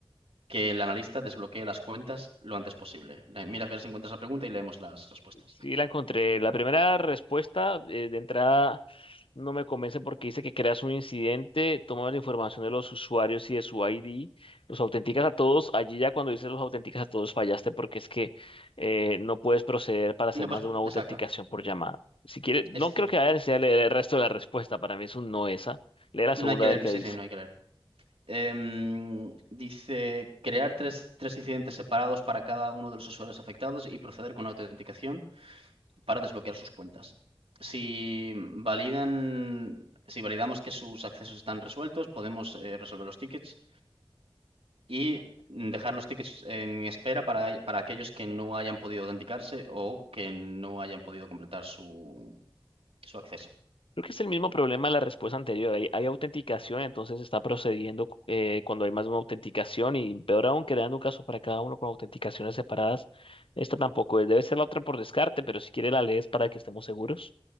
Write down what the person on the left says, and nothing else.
Sí, la encontré. La primera respuesta eh, de entrada no me convence porque dice que creas un incidente, tomas la información de los usuarios y de su ID, los autenticas a todos. Allí ya cuando dices los autenticas a todos fallaste porque es que eh, no puedes proceder para hacer
más
de una autenticación
por llamada. Si quieres, no
creo que haya necesidad de leer el resto de la respuesta. Para mí es un no esa. Lee la
segunda
a
ver qué
dice.
Creo que es el mismo problema de la respuesta anterior. Hay, hay autenticación, entonces está procediendo eh, cuando hay más de una autenticación y peor aún creando un caso para cada uno con autenticaciones separadas. Esta tampoco es. Debe ser la otra por descarte, pero si quiere la lees para que estemos seguros,